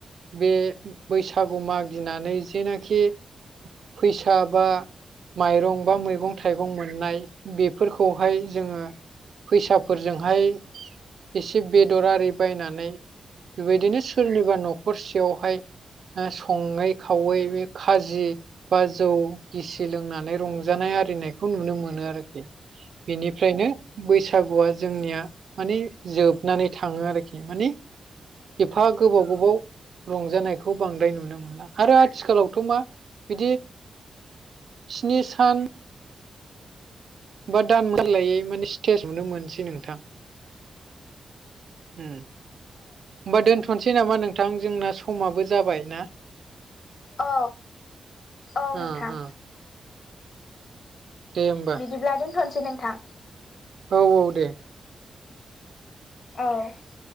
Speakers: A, on the right; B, on the left.
A: बे- बैसागु मागिनानै जेनाखि फैसा बा माइरं बा, मैगं थाइगं मोननाय बेफोरखौहाय जोङो फैसाफोरजोंहाय एसे बेदर आरि बायनानै बेबायदिनो सोरनिबा न'खरसेयावहाय सङै खावै बे खाजि बा जौ गिसि लोंनानै रंजानाय आरिनायखौ नुनो मोनो आरोखि। बिनिफ्रायनो बैसागुआ जोंनिया माने जोबनानै थाङो आरोखि माने एफा गोबाव गोबाव रंजानायखौ खौ बांद्राय नुनो मोनला आरो आथिखालावथ' मा बिदि स्नि सान बा दान मोनलायै माने स्टेज मोननो मोनसै नोंथां। ओम होनमबा दोनथ'नोसै नामा नोंथां जोंना समाबो जाबाय ना।
B: औ औ
A: ओ
B: नोंथां।
A: ओ दे होमबा
B: बिदिब्ला दोनथ'नोसै नोंथां
A: औ औ दे ।
B: औ ।